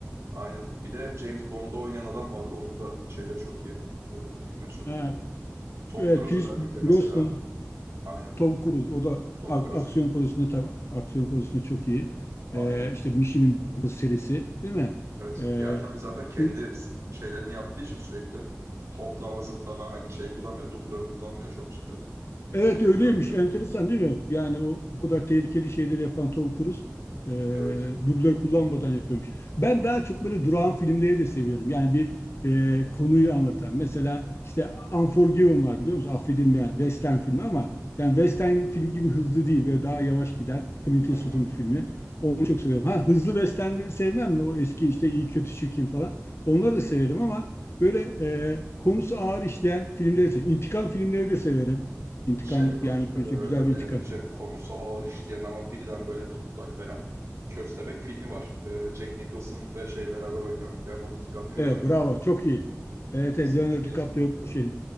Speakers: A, on the right; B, on the left.
A: Aynen. Bir de James Bond'da oynayan adam vardı. Onun da şeyleri çok iyi. Ee, filmleri çok
B: Ha,
A: iyi. Tom
B: evet,
A: Cruise
B: Pierce
A: özellikle mesela.
B: Brosnan,
A: Aynen.
B: Tom Cruise o da
A: Tom
B: ak-
A: Cruise.
B: aksiyon konusunda tabii aksiyon konusunda çok iyi.
A: Aynen.
B: Ee, işte Mission Impossible serisi değil mi?
A: Evet.
B: Ee,
A: Yani tabii zaten kendi
B: bu
A: şeylerini yaptığı için sürekli hoplama zıplama hani şey kullanmıyor. Dublör kullanmıyor çok cidden. Üst
B: Evet
A: seviye
B: öyleymiş.
A: bir oyuncu.
B: Enteresan değil mi? Yani o, o kadar tehlikeli şeyleri yapan Tom Cruise e,
A: Evet.
B: dublör kullanmadan yapıyormuş. Ben daha çok böyle durağan filmleri de seviyorum. Yani bir e, konuyu anlatan. Mesela işte Unforgiven var biliyor musun? Affedilmeyen Western filmi ama yani Western film gibi hızlı değil. Böyle daha yavaş giden Clint
A: Hmm.
B: Eastwood'un bir filmi. Onu çok seviyorum. Ha hızlı Westernleri sevmem mi? O eski işte iyi kötü çirkin falan. Onları da severim ama böyle e, konusu ağır işleyen filmleri severim. İntikam filmleri de severim. İntikam
A: Şey var
B: yani
A: e,
B: bir, güzel
A: önerebileceğim
B: bir intikam.
A: konusu ağır işleyen ama birden böyle patlak veren Köstebek filmi var. E, Jack Nicholson ve şey beraber oynuyor. Leonardo DiCaprio
B: Evet
A: oynuyor.
B: bravo çok iyi. Evet
A: İzlemiş
B: evet, Leonardo
A: miydiniz
B: DiCaprio
A: bilmiyorum da.
B: şey.